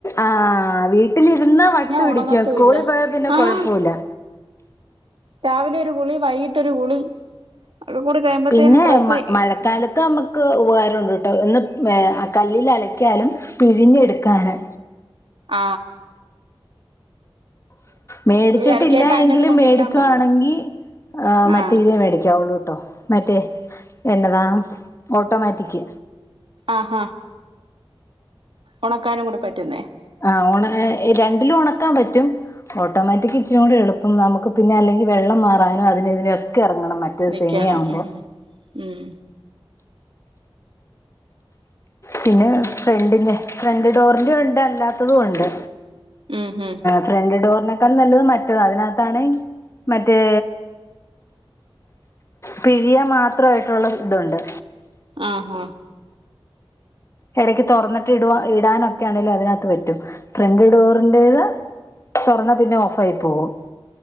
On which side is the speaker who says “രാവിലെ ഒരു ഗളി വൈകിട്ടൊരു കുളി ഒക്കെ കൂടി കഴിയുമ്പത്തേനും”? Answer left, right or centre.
Right